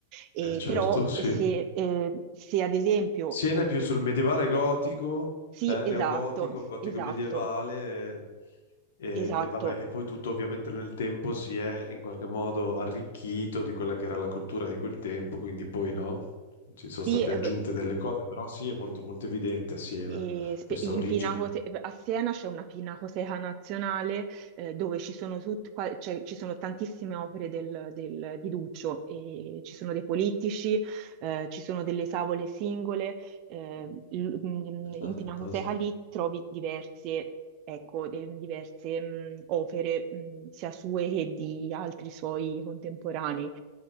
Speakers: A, on the right (about 50°); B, on the left (about 75°).
A: e
B: Eh, certo,
A: però
B: sì.
A: se, eh, se ad esempio,
B: Siena
A: eh,
B: è più sul medievale gotico,
A: sì,
B: eh,
A: esatto,
B: neogotico, gotico
A: esatto,
B: medievale, e, e-
A: esatto,
B: e vabbè, e poi tutto ovviamente nel tempo si è in qualche modo arricchito di quella che era la cultura di quel tempo, quindi poi no, ci sono
A: sì,
B: state
A: eh,
B: aggiunte delle cose, però sì, è molto molto evidente a Siena
A: E spe-
B: questa
A: in
B: origine.
A: Pinacote- a Siena c'è una pinacoteca nazionale eh, dove ci sono, tut- qua- cioè, ci sono tantissime opere del- del- di Duccio, e ci sono dei politici, eh, ci sono delle tavole singole. eh, l- mm,
B: <laughs>
A: in
B: Ah,
A: Pinacoteca
B: fantastico,
A: lì trovi diverse, ecco, de- diverse mm, opere, mm, sia sue che di altri suoi contemporanei.